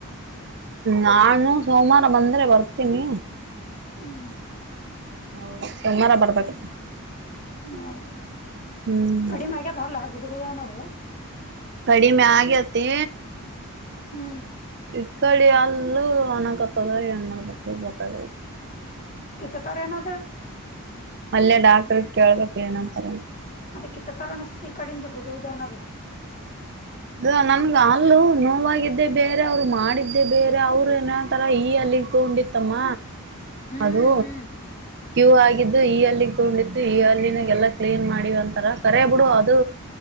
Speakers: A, on the right (about 50°); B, on the left (about 35°).
A: ನಾನು ಸೋಮವಾರ ಬಂದ್ರೆ ಬರ್ತೀನಿ
B: ಹ್ಮ್
A: ಹ ಸೋಮವಾರ ಬರ್ಬೇಕ
B: ಹೌದಾ
A: ಹ್ಮ್
B: ಕಡಿಮೆಗ ತರಲ್ಲ ಗುದುಗುದಏನದ
A: ಕಡಿಮೆ ಆಗೇತಿ
B: ಹ್ಮ್
A: ಈ ಕಡಿ ಅಲ್ಲ ಅನಕತ್ತದ ಏನ್ ಮಾಡ್ಬೇಕು ಗೊತ್ತಾಗ
B: ಕೆತ್ತು ತಾರೆ ಎನದ
A: ಮಲ್ಲೆ ಡಾಕ್ಟರ್ ಕೇಳ್ಬೇಕು ಏನಂತರ
B: ಅದಕ್ಕಿ ತರ ಅನಿಸತದೆ ಈ ಕಡಂದು ಗೂದುವುದು ಅನ್ನೋದು
A: ಇ ನನ್ಗೆ ಅಲ್ಲೂ ನೋವಾಗಿದ್ದೇ ಬೇರೆ ಅವ್ರು ಮಾಡಿದ್ದೇ ಬೇರೆ ಅವ್ರು ಏನ್ಂತಾರ ಈ ಅಲ್ಲಿ ತಗೊಂಡಿ ಮತ್ತಮ್ಮ
B: ಹ್ಮ್
A: ಅದು
B: ಹ್ಮ್
A: ಕ್ಯೂ ಆಗಿದ್ದು ಈ ಅಲ್ಲಿಗೆಗ್ ತಗೊಂಡಿತ್ತು ಈ ಅಲ್ಲಿನಾಗ ಎಲ್ಲಾ ಕ್ಲೀನ್ ಮಾಡಿ ಒಂತರ ಕರಿ ಬಿಡು ಅದು